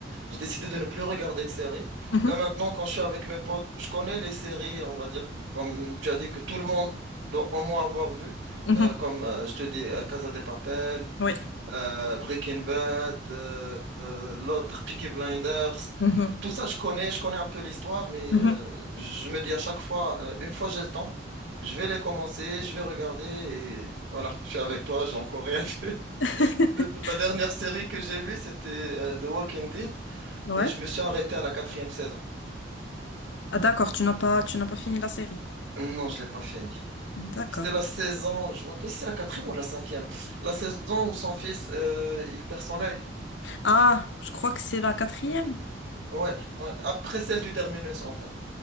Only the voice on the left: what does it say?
Mhm.
Mhm.
Oui.
Mhm.
Mhm.
<laughs>
Ouais.
Ah d'accord, tu n'as pas, tu n'as pas fini la série.
D'accord.
Ah, je crois que c'est la quatrième.